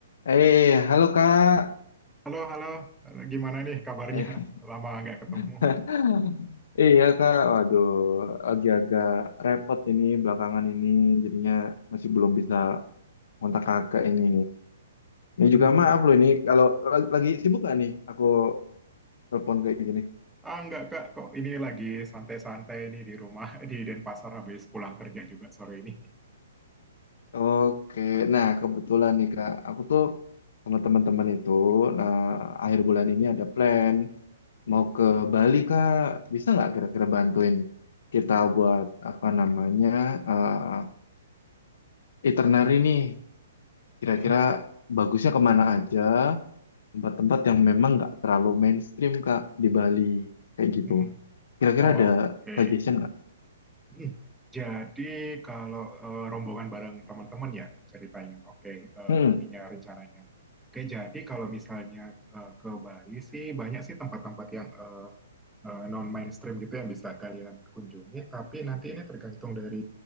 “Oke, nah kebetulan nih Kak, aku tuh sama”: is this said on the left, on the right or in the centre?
Left